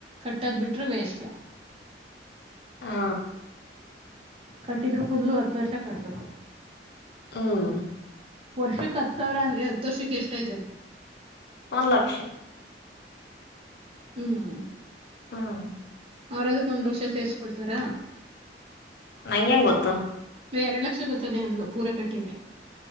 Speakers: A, on the right; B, on the left.
A: ಕಟ್ಟೋದ್ ಬಿಟ್ರೆ ವೇಸ್ಟ್
B: ಹಾ
A: ಕಟ್ಟಿದ್ರು ಫುಲ್ಲು ಹತ್ತು ವರ್ಷ ಕಟ್ಬೇಕು
B: ಹ್ಮ್
A: ವರ್ಷಕ್ಕೆ ಹತ್ ಸಾವಿರ ಅಂದ್ರೆ ಹತ್ತು ವರ್ಷಕ್ಕೆ ಎಷ್ಟ ಆಯ್ತದೆ
B: ಒಂದ್ ಲಕ್ಷ
A: ಹ್ಮ್
B: ಹ್ಮ್
A: ಅವ್ರ ಅದಕ್ಕ ಒಂದ್ ಲಕ್ಷ ಸೇರ್ಸ್ಕೊಡ್ತಾರಾ
B: ನನ್ಗೆ ಹೆಂಗ್ ಗೊತ್ತು
A: ನೀ ಎರಡು ಲಕ್ಷ ಬರ್ತ್ತದೆ ಅಂದ್ಲ ಪೂರ ಕಟ್ಟಿದ್ರೆ